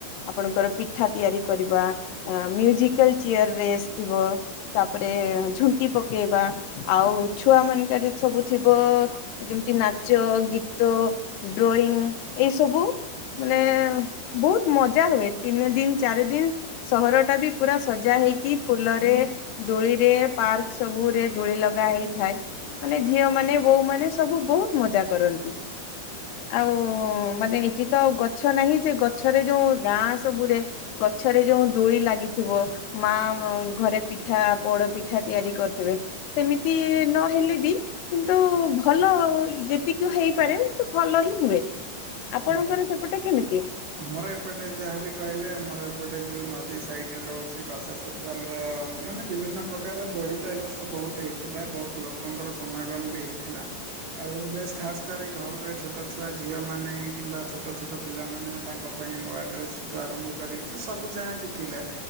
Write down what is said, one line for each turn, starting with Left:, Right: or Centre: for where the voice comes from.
Left: ଆପଣଙ୍କର ପିଠା ତିଆରି କରିବା। ଆ ମ୍ୟୁଜିକାଲ ଚେୟାର ରେସ୍ ଥିବ। ତାପରେ ଝୁଣ୍ଟି ପକେଇବା ଆଉ ଛୁଆ ମାନଙ୍କରେ ସବୁ ଥିବ ଯେମିତି ନାଚ ଗୀତ ଡ୍ରଇଂ ଏଇ ସବୁ ମାନେ ବହୁତ ମଜା ହୁଏ ତିନି ଦିନ ଚାରି ଦିନ ସହର ଟା ବି ପୁରା ସଜା ହେଇକି ଫୁଲରେ ଦୋଳିରେ ପାର୍କ ସବୁରେ ଦୋଳି ଲଗା ହେଇଥାଏ। ମାନେ ଝିଅ ମାନେ ବୋଉ ମାନେ ସବୁ ବହୁତ ମଜା କରନ୍ତି। ଆଉ ମାନେ ଏଠି ତ ଆଉ ଗଛ ନାହିଁ ସେ ଗଛରେ ଯୋଉ ଗାଁ ସବୁରେ ଗଛରେ ଯୋଉ ଦୁଳି ଲାଗିଥିବ। ମା ଘରେ ପିଠା ପୋଡ ପିଠା ତିଆରି କରିଥିବେ। ସେମିତି ନହେଲେ ବି କିନ୍ତୁ ଭଲ ଯେତିକି ହେଇ ପାରେ କିନ୍ତୁ ଭଲ ହିଁ ହୁଏ ଆପଣଙ୍କର
Right: ଆଜ୍ଞା
Left: ସେପଟା କେମିତି?
Right: ଆମର ଏପଟେ ଯାହାବି କହିଲେ ଆମର ଏପଟେ ଯୋଉ ନଦୀ ସାଇଡରେ ରହୁଛି ଗଛ ସବୁ ଆମର ମାନେ ବିଭିନ୍ନ ପ୍ରକାରର ଦୋଳିତ ଏ ବର୍ଷ ବହୁତ ହେଇଥିଲା। ବହୁତ ଲୋ ଲୋକଙ୍କର ସମାଗମ ବି ହେଇଥିଲା। ଆଉ ବେଶ ଖାସ କରି ଘରରେ ଛୋଟ ଛୁଆ ଝିଅ ମାନେ କିମ୍ବା ଛୋଟ ଛୋଟ ପିଲାମାନେ ତାଙ୍କ ପାଇଁ ନୂଆ ଡ୍ରେସ୍ ଠୁ ଆରମ୍ଭ କରିକି ସେ ସବୁ ଯାହା ବି ଥିଲା।